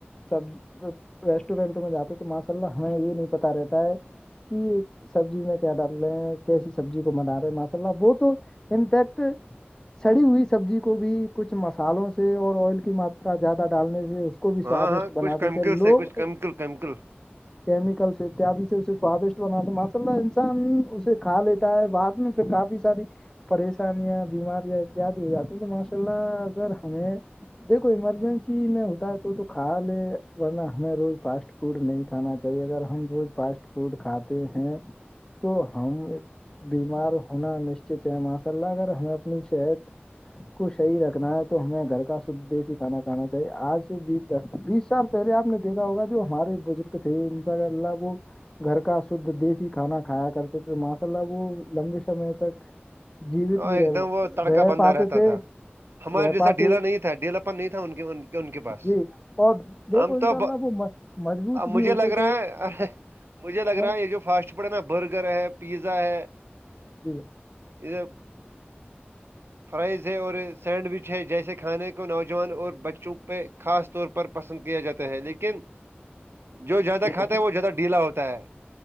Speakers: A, on the left; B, on the right.
A: سب ریسٹورینٹوں میں جاتے تو ماشاء اللہ ہمیں یہ نہیں پتا رہتا ہے کہ ایک سبزی میں کیا ڈال رہے ہیں کیسی سبزی کو بنا رہے ہیں ماشاء اللہ وہ تو انفیکٹ سڑی ہوئی سبزی کو بھی کچھ مسالوں سے اور آئل کی ماترا زیادہ ڈالنے سے اس کو بھی
B: ہاں
A: سوادشٹ
B: ہاں کچھ
A: بنا
B: کیمیکل
A: دی تھے لوگ
B: سے کچھ کیمیکل کیمیکل
A: کیمیکلس سے تیادی سے اسے سوادشٹ بنا ماشاءاللہ انسان اسے کھا لیتے ہے بعد میں تو کافی ساری پریشانیاں بیماریاں اتیاد ہو جاتی ہیں تو ماشاء اللہ اگر ہمیں دیکھو ایمرجنسی میں ہوتا ہے تو تو کھا لے ورنا ہمیں روز فاسٹ فوڈ نہیں کھانا چاہیے اگر ہم روز فاسٹ فوڈ کھاتے ہیں تو ہم بیمار ہونا نشچت ہے ماشاء اللہ اگر ہمیں اپنی صحت کو صحیح رکھنا ہے تو ہمیں گھر کا دیسی کھانا کھانا چاہے آج سے بیس دس بیس سال پہلے آپ نے دیکھا ہوگا جو ہمارے بزرگ تھ ان گھرلہب <unintelligible> گھر کا شھد دیسی کھانا کھایا کرتے تھے ماشاء اللہ وہ لمبے سمے تک جیوت
B: اور
A: بھی
B: ایک
A: رہ
B: دم وہ تڑکا
A: رہ
B: بندہ
A: پاتے
B: رہتا
A: تھے
B: تھا ہمارے
A: رہ
B: جیسا
A: پاتے
B: ڈھیلا نہیں تھا ڈھیلا پن نہیں تھا ان کی ان کے پاس
A: جی اور دیکھو
B: ہم
A: ان
B: تو
A: شاء اللہ وہ مضبوط بھی
B: مجھے
A: ہوتے
B: لگ
A: تھے
B: رہا ہے مجھے لگ
A: اور
B: رہا ہے یہ جو فاسٹ فوڈ ہے نا برگر ہے پیزا ہے
A: جی
B: یہ فرائز ہے اور سینڈوچ ہے جیسے کھانے کو نوجوان اور بچوں پہ خاص طور پر پسند کیا جاتے ہیں لیکن جو زیادہ
A: جی
B: کھاتا ہے وہ زیادہ ڈھیلا ہوتا ہے